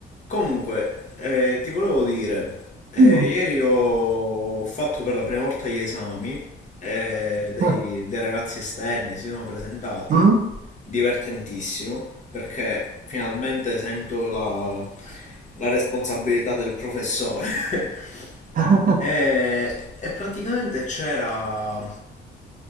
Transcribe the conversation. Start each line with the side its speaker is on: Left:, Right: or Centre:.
Left: Comunque, eh, ti volevo dire, eh,
Right: Dimmi.
Left: ieri ho fatto per la prima volta gli esami, eh, dei,
Right: Mm?
Left: dei ragazzi esterni si sono presentati,
Right: Mm.
Left: divertentissimo, perché finalmente sento la, la responsabilità del professore. <laughs>
Right: <laughs>
Left: E, e praticamente c'era.